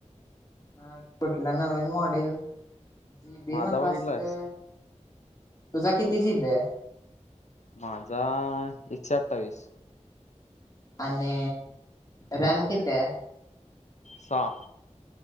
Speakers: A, on the left; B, on the left.
A: अ कुठलं नवीन मॉडेल जीबी
B: माझा
A: म्हणवा
B: बघितलास
A: असते तुझा किती जीबी आहे
B: माझा एकशे अठ्ठावीस
A: आणि रॅम किती
B: सहा